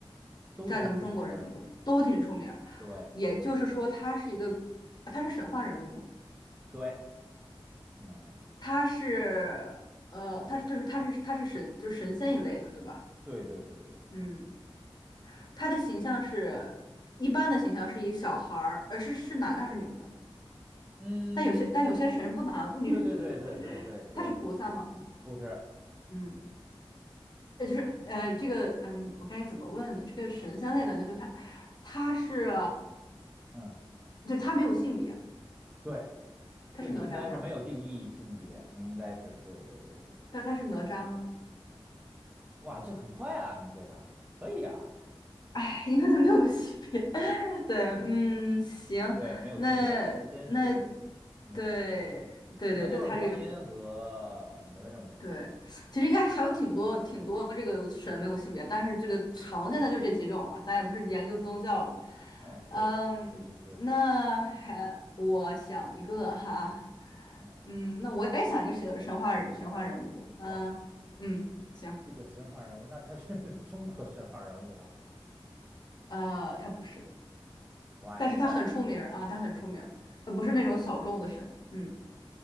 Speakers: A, on the right; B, on the left.
A: 都挺出名儿，
B: 在咱们中国人心中都挺出名儿。
A: 对
B: 也就是说，他是一个他是神话人物嘛？
A: 对，嗯，
B: 他是呃，他他是他是他是神，就是神仙一类的，对吧？
A: 对对对对。
B: 嗯，他的形象是一般的形象是以小孩儿，呃，是是男的还是女的？
A: 嗯，
B: 但有些但有些神不男不女，
A: 对对对对对对对，
B: <laughs> 他是菩萨嘛，
A: 不不是，
B: 嗯，也就是呃，这个嗯，我该怎么问呢？这个神仙类的那就他他是
A: 嗯，
B: 就他没有性别，
A: 对，
B: 他是哪吒吗？
A: 这个应该是没有定义性别，应该是对对对对，
B: 但他是哪吒吗？
A: 哇，这很快啊，你这个可以啊，
B: <laughs> 哎，因为他没有性别，<laughs> 对，嗯，行，
A: 对，没有性别，
B: 那那
A: 还真是的，没有性别，
B: 对对对对，
A: 可能就是观音和哪吒没有性别，
B: 他这个对，其实应该还有挺多挺多这个神没有性别，但是这个常见的就这几种嘛，咱也不是研究宗教的。
A: 哎，
B: 嗯，
A: 对，确实是，
B: 那还我想一个哈，
A: 嗯，
B: 嗯，那我也想一个神神话人神话人物，嗯嗯，
A: 哇，
B: 行，
A: 这个神话人物，那他是 <laughs> 中国神话人物吗？
B: 呃，他不是，
A: 不爱了，
B: 但是他很出名儿啊，
A: 那
B: 他很出名儿，呃不是那种小众的神，嗯